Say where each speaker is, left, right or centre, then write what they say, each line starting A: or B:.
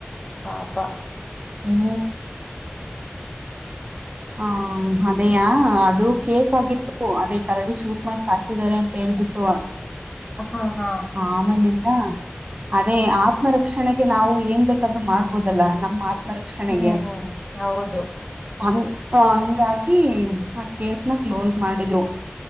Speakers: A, on the left; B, on the right.
A: ಪಾಪ.
B: ಹ್ಮ್ ಹಾಂ ಹಾಂ ಅದೆಯಾ
A: ಹ್ಮ್
B: ಅದು ಕೇಸ್ ಆಗಿತ್ತು ಅದೇ ಕರಡಿ ಶೂಟ್ ಮಾಡಿ ಸಾಯಸಿದ್ದಾರೆ ಅಂತ್ ಹೇಳ್ಬಿಟ್ಟು ಹಾಂ
A: ಹಾ ಹಾ
B: ಆಮೇಲಿಂ ಆ ಅದೇ ಆತ್ಮರಕ್ಷಣೆಗೆ ನಾವು ಏನ್ ಬೇಕಾದ್ರೂ ಮಾಡ್ಬೋದಲ್ಲ ನಮ್ಮ ಆತ್ ಮ ರಕ್ಷಣೆಗೆ
A: ಹ್ಮ್ ಹ್ಮ್ ಹೌದು
B: ಅವ್ ಸೋ ಹಂಗಾಗಿ ಆ ಕೇಸ್ನ ಕ್ಲೋಸ್ ಮಾಡಿದ್ರು.